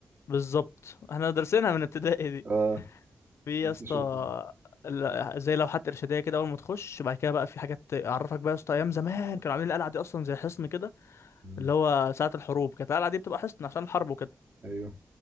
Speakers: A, on the left; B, on the right.
A: بالظبط احنا دارسينها من ابتدائي دي
B: اه
A: في
B: نفسي
A: يا اسطى
B: اشوفه
A: ال- زي لوحات ارشاديه كده اول ما تخش بعد كده بقى في حاجات اعرفك بقى يا اسطى ايام زمان كانوا عاملين القلعه دي اصلا زي حصن كده
B: امم
A: اللي هو ساعه الحروب كانت القلعه دي بتبقى حصن عشان الحرب وكده
B: ايوه